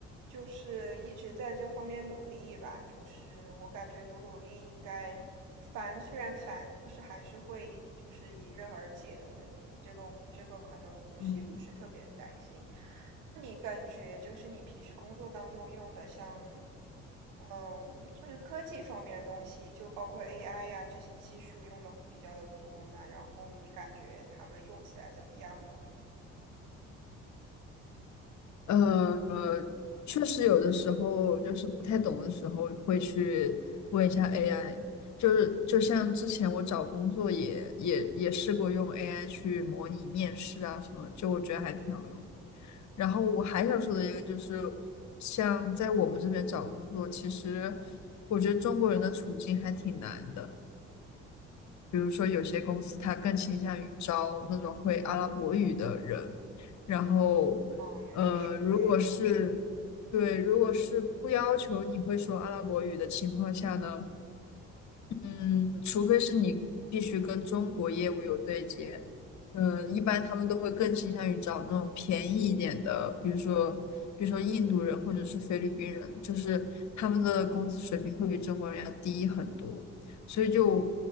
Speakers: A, on the right (about 70°); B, on the left (about 60°).
A: 就是一直在这方面努力吧。就是我感觉努努力应该烦，虽然烦，但是还是会就是迎刃而解的问题。这个这个可能我不是也不是特别担心。
B: 嗯，
A: 那你感觉就是你平时工作当中用的像，嗯，就是科技方面的东西，就包括 AI 呀、这些技术用的会比较的多嘛？然后你感觉他们用起来怎么样呢？
B: 呃，确实有的时候就是不太懂的时候会去问一下 AI，就是就像之前我找工作也也也试过用 AI 去模拟面试啊什么，就我觉得还挺好用的。然后我还想说的一个就是，像在我们这边找工作，其实我觉得中国人的处境还挺难的。比如说，有些公司它更倾向于招那种会阿拉伯语的人，然后，
A: 哦，原来是这样
B: 呃，如果是对，如果是不要求你会说阿拉伯语的情况下呢，嗯，除非是你必须跟中国业务有对接，嗯，一般他们都会更倾向于找那种便宜一点的，比如说，比如说印度人或者是菲律宾人，就是他们的工资水平会比中国人要低很多，所以就